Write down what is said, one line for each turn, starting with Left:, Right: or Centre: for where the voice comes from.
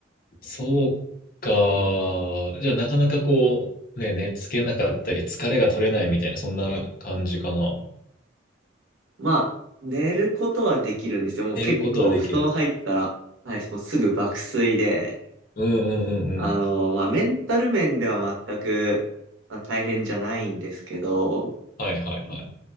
Left: そうか。じゃあ、なかなかこう、ね、寝つけなかったり、疲れが取れないみたいな、そんな感じかな。
Right: まあ、寝ることはできるんですよ。もう結構布団入ったら、
Left: 寝ることはできる。
Right: はい、もうすぐ爆睡で、
Left: うんうんうんうん。
Right: あの、まあメンタル面では全く、まあ、大変じゃないんですけど、
Left: はいはいはい。